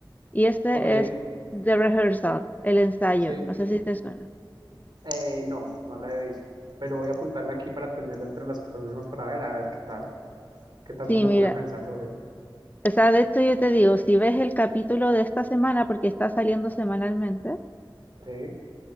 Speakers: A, on the left (about 20°); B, on the right (about 65°).
A: Y ese
B: Ok,
A: es The Rehearsal, el ensayo,
B: sí,
A: no sé si te suena.
B: eh, no, no la he visto, pero voy a apuntarla aquí para tenerla entre las próximas para ver, a ver qué tal, qué tanto
A: Sí,
B: me
A: mira.
B: pone a pensar sobre,
A: O sea, de hecho yo te digo, si ves el capítulo de esta semana, porque está saliendo semanalmente,
B: sí,